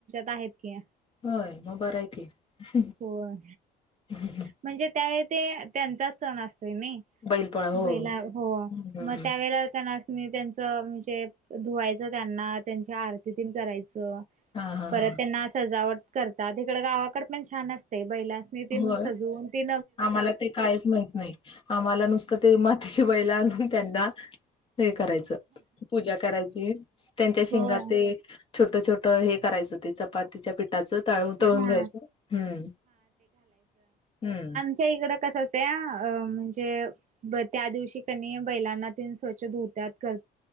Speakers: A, on the right; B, on the left.
A: आहेत की
B: व्हय मग बरं आहे की हम्
A: होय
B: हम
A: म्हणजे त्यावेळी ते त्यांचाच सण असत म
B: बैलपोळा हो
A: बला हो
B: हम्म हम्म
A: मग
B: हम्म.
A: त्यावेळे त्यांच म्हणजे धुवायच त्यांना त्यांच्या आरतीती करायचं
B: हा हा
A: परत
B: हा
A: त्यांना सजावट करतात तिकड गावाकड पण छान असते बैलासनी ती
B: होय
A: सजवून ती
B: आम्हाला ते कायच माहित नाही आम्हाला नुसतं ते मातीच्या बैला आणून त्यांना हे करायचं पूजा करायची त्यांच्या शिंगात
A: होय
B: ते छोट छोट हे करायचं ते चपातीच्या प ताच तळून तळून
A: हा
B: घ्यायचं हम्म हम्म
A: इकड कस असत म्हणजे त्या दिवशी क बैलांना त स्वच्छ धुत्या कर